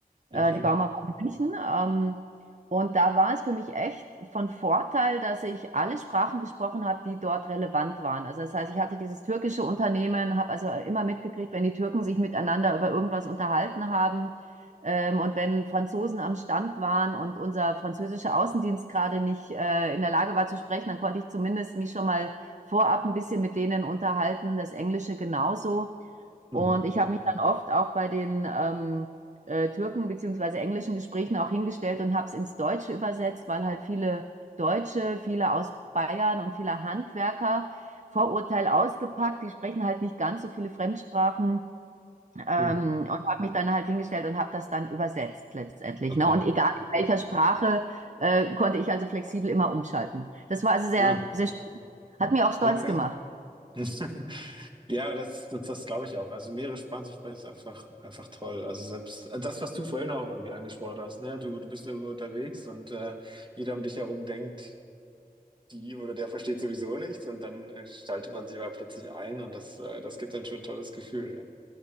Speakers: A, on the right (about 50°); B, on the right (about 30°).
A: Äh,
B: Okay.
A: die Bauma war in München. Ähm, und da war es für mich echt von Vorteil, dass ich alle Sprachen gesprochen habe, die dort relevant waren. Also das heißt, ich hatte dieses türkische Unternehmen, habe also immer mitgekriegt, wenn die Türken sich miteinander über irgendwas unterhalten haben, ähm, und wenn Franzosen am Stand waren und unser französischer Außendienst gerade nicht äh, in der Lage war zu sprechen, dann konnte ich zumindest mich schon mal vorab ein bisschen mit denen unterhalten, das Englische genauso.
B: Mhm.
A: Und ich habe mich dann oft auch bei den ähm, äh, Türken beziehungsweise englischen Gesprächen auch hingestellt und habe es ins Deutsche übersetzt, weil halt viele Deutsche, viele aus Bayern und viele Handwerker Vorurteil ausgepackt, die sprechen halt nicht ganz so viele Fremdsprachen ähm,
B: Mhm.
A: und habe mich dann halt hingestellt und habe das dann übersetzt letztendlich.
B: Okay.
A: Ne? Und egal in welcher Sprache, äh, konnte ich also flexibel immer umschalten. Das war also sehr,
B: Ja,
A: sehr schön. Hat mir auch stolz
B: okay.
A: gemacht.
B: <laughs> Ja, das, das, das glaube ich auch. Also mehrere Sprachen zu sprechen ist einfach, einfach toll. Also selbst äh, das, was du vorhin auch irgendwie angesprochen hast, ne? Du, du bist irgendwo unterwegs und äh, jeder um dich herum denkt. die oder der versteht sowieso nichts und dann äh, schaltet man sich aber plötzlich ein und das, äh, das gibt dann schon ein tolles Gefühl.